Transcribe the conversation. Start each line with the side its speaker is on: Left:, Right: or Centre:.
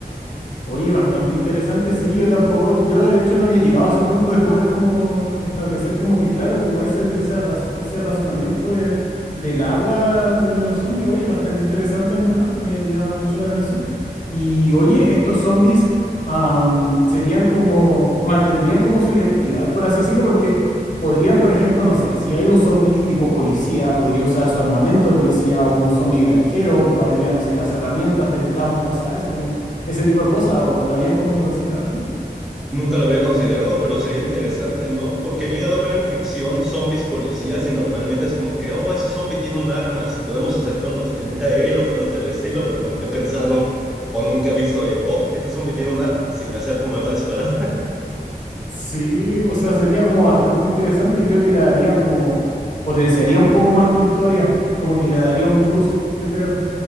Left: Oye, bastante interesante, sí, yo tampoco, yo de hecho no había llegado a ese punto de poder como establecer como que, claro, como ese, esa razo- ese razonamiento de- del agua con el- los zombies, oye, bastante interesante en verdad, me llama mucho la atención. Y oye, estos zombies am, serían como, mantendrían como su identidad, por así decirlo, porque podrían, por ejemplo, no sé, si hay un zombie tipo policía, podría usar su armamento de policía o un zombie granjero, ocuparía, no sé, las herramientas del campo, ¿sabes? Como ese tipo de cosas, o lo habías como considerado así?
Centre: Nunca lo había considerado, pero sería interesante, ¿no? Porque he llegado a ver en ficción zombies policías y normalmente es como que, oh, ese zombie tiene un arma, si podemos acercarnos lo suficiente a él o cosas del estilo, pero nunca he pensado o nunca he visto el, oh, ese zombie tiene un arma, si me acerco me va a disparar.
Left: Sí, o sea, sería como bastante interesante y creo que le daría como, potenciaría un poco más tu historia, como que le daría un plus, yo creo.